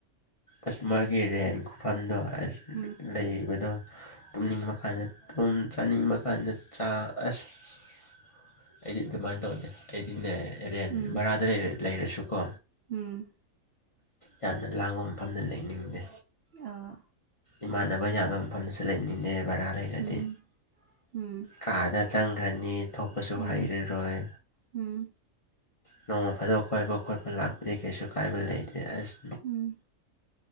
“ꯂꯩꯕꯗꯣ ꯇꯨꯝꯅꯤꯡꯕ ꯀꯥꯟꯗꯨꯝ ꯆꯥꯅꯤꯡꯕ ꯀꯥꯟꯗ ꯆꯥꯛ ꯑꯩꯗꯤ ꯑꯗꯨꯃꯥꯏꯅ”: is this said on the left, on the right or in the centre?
Left